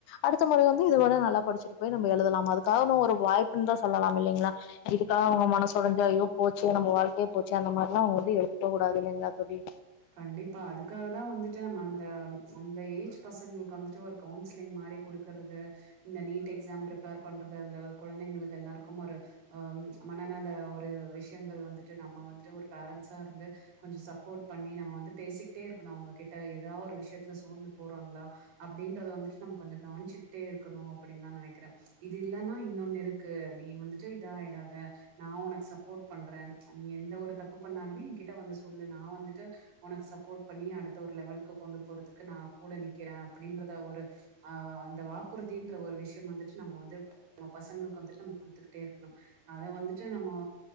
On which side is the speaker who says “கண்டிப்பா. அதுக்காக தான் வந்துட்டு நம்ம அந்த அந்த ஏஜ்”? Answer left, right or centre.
Right